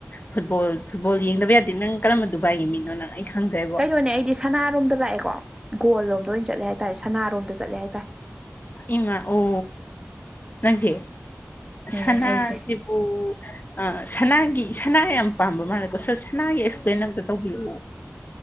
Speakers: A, on the left; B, on the right.
A: ꯐꯨꯠꯕꯣꯜ ꯐꯨꯠꯕꯣꯜ ꯌꯦꯡꯗꯕ ꯌꯥꯗꯦ ꯅꯪ ꯀꯔꯝꯕ ꯗꯨꯕꯥꯏꯒꯤ ꯃꯤꯅꯣ ꯅꯪ ꯑꯩ ꯈꯪꯗ꯭ꯔꯦꯕ
B: ꯍꯣꯏꯅꯦ ꯑꯩꯗꯤ ꯁꯅꯥꯔꯣꯝꯗ ꯂꯥꯛꯑꯦꯀꯣ ꯒꯣꯜ ꯂꯣꯝꯗ ꯑꯣꯏꯅ ꯆꯠꯂꯦ ꯍꯥꯏꯇꯥꯔꯦ ꯁꯅꯥꯔꯣꯝꯗ ꯆꯠꯂꯦ ꯍꯥꯏꯇꯥꯔꯦ
A: ꯏꯃꯥ ꯑꯣ ꯅꯪꯁꯦ
B: ꯎꯝ
A: ꯁꯅꯥꯖꯤꯕꯨ
B: ꯑꯩꯁꯦ
A: ꯑ ꯁꯅꯥꯒꯤ ꯁꯅꯥ ꯌꯥꯝ ꯄꯥꯝꯕ ꯃꯥꯜꯂꯦꯀꯣ ꯁꯣ ꯁꯅꯥꯒꯤ ꯑꯦꯛꯁꯄ꯭ꯂꯦꯟ ꯑꯝꯇ ꯇꯧꯕꯤꯔꯛꯑꯣ